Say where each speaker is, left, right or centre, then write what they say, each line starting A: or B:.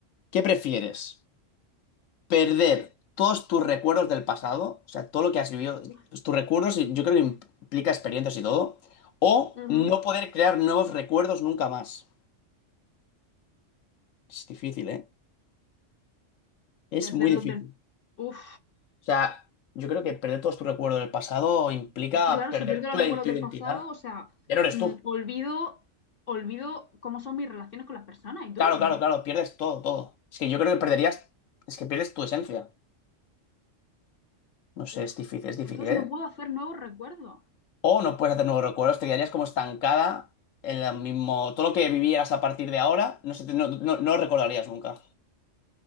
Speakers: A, on the left (about 80°); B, on the left (about 50°).
A: ¿qué prefieres? perder todos tus recuerdos del pasado, o sea, todo lo que has vivido,
B: Uf,
A: tus recuerdos, y yo creo que implica experiencias y todo, o
B: Ujú.
A: no poder crear nuevos recuerdos nunca más. Es difícil, ¿eh? Es
B: Perder
A: muy
B: los
A: difícil.
B: del. Uf.
A: O sea, yo creo que perder todos tus recuerdos del pasado implica
B: Es que claro,
A: perder
B: si pierdo los
A: tu,
B: recuerdos
A: tu
B: del
A: identidad.
B: pasado, o sea,
A: Ya no eres
B: mm,
A: tú.
B: olvido, olvido cómo son mis relaciones con las personas y todo,
A: Claro, claro,
B: ¿no?
A: claro, pierdes todo, todo. Es que yo creo que perderías, es que pierdes tu esencia. No
B: Uf.
A: sé, es difícil, es difícil,
B: Entonces no
A: ¿eh?
B: puedo hacer nuevos recuerdos.
A: O no puedes hacer nuevos recuerdos, te quedarías como estancada en la mismo. Todo lo que vivieras a partir de ahora, no, se te- no, no- no lo recordarías nunca.